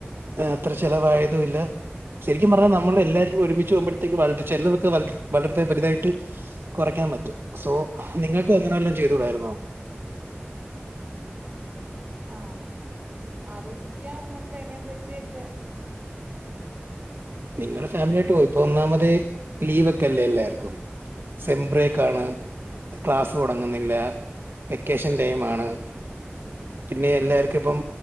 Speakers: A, on the right; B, on the right.
A: ഏ അത്ര ചെലവായതുല്ല ശെരിക്കും പറഞ്ഞാ നമ്മള് എല്ലാരും ഒരുമിച്ച് പോകുമ്പോഴത്തേക്ക് അതൊക്കെ ചെലവൊക്കെ വലിച് വലത്തേ ബരുതയായിട്ട് കൊറക്ക്യാ റ്റ സോ നിങ്ങൾക്ക് അങ്ങനെ വല്ലോം ചെയ്തുടാരുന്നോ?
B: ആ ആലോചിക്കാം അമ്മക്ക് അയിനെ പറ്റിയൊക്കെ.
A: നിങ്ങളുടെ ഫാമിലിയായിട്ട് പോയി ഇപ്പോ ഒന്നാമത് ലീവൊക്കെ അല്ലേ എല്ലാർക്കും. സിംബ്രേക്കാണ് ക്ലാസ്സ് തുടങ്ങുന്നില്ല വെക്കേഷൻ ടൈമാണ്. പിന്നെ എല്ലാർക്കും ഇപ്പം